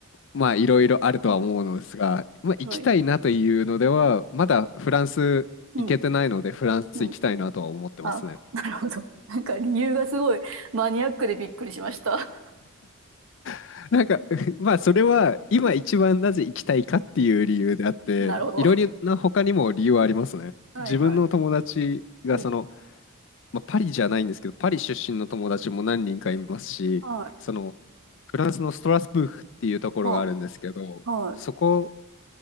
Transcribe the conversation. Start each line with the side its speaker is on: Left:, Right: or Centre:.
Left: まあ、いろいろあるとは思うのですが、
Right: うん、
Left: まあ、行きたいなというのでは、
Right: はい、
Left: まだフランス行けてないので、
Right: うん、
Left: フランス行きたいなとは思ってますね。
Right: うん、あ、なるほど。なんか理由がすごいマニアックでびっくりしました。
Left: <laughs> なんか、<laughs> まあ、それは今一番なぜ行きたいかっていう理由であって、
Right: うん、なるほど。
Left: いろいろな他にも理由はありますね。
Right: うん。はいはい。
Left: 自分の友達がその、
Right: うん。
Left: まあ、パリじゃないんですけど、パリ出身の友達も何人かいますし、
Right: はい。
Left: その、フランスのストラスブーフっていうところがあるんですけど、
Right: はあ、は
Left: そこ